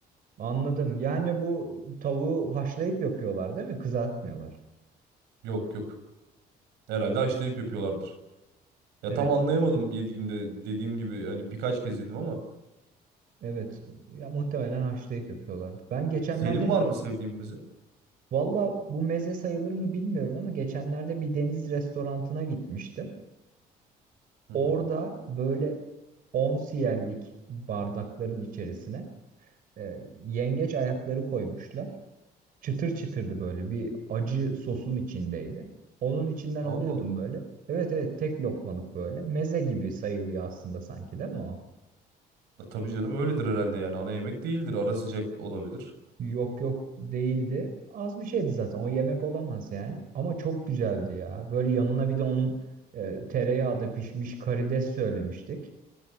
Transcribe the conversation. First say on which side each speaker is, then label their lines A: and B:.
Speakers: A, on the right (about 60°); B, on the right (about 90°).
A: Anladım. Yani bu tavuğu haşlayıp yapıyorlar değil mi? Kızartmıyorlar.
B: Yok yok. Herhalde haşlayıp yapıyorlardır. Ya
A: Evet.
B: tam anlayamadım yediğimde dediğim gibi hani birkaç kez yedim ama
A: Evet. Ya muhtemelen haşlayıp yapıyorlardı. Ben geçenlerde
B: senin var
A: bir
B: mı sevdiğin meze?
A: valla bu meze sayılır mı bilmiyorum ama geçenlerde bir deniz restorantına gitmiştim.
B: Hı
A: Orada
B: hı.
A: böyle 10 siyerlik bardakların içerisine e, yengeç ayakları koymuşlar. Çıtır çıtırdı böyle bir acı sosun içindeydi. Onun içinden
B: Allah
A: alıyordum
B: Allah.
A: böyle. Evet evet tek lokmalık böyle. Meze gibi sayılıyor aslında sanki değil mi o?
B: Ya tabii canım öyledir herhalde yani ana yemek değildir. Ara sıcak olabilir.
A: Yok yok değildi. Az bir şeydi zaten. O yemek olamaz yani. Ama çok güzeldi ya. Böyle yanına bir de onun e, tereyağda pişmiş karides söylemiştik.